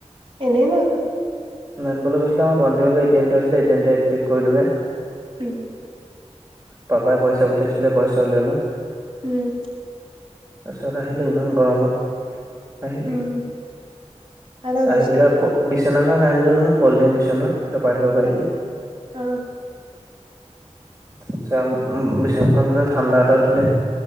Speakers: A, on the right; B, on the right.
A: এনেই নাই কোৱা।
B: নানিবলৈ কৈছিলে আমাৰ ভণ্টিভাগ এ ট এম আছিলে এট এম এক্টিভ কৰিলোগে।
A: উম্
B: পাপাই পইচা পঠিয়াইছিলে পইচা উলিয়ালো।
A: উম্
B: তাৰপিছত আহিলোঁ ইমান গৰমত। আহিলো
A: উম কাৰ লগত গৈছিলা
B: আহি পেলাই বিচনাখন আনিলো নহয় ফল্ডিং বিচনা। জপাই থব পাৰি
A: অ
B: যে।
A: অ
B: তাৰপিছত বিশছনাখন দিনা ঠাণ্ডা এটাও দিলে।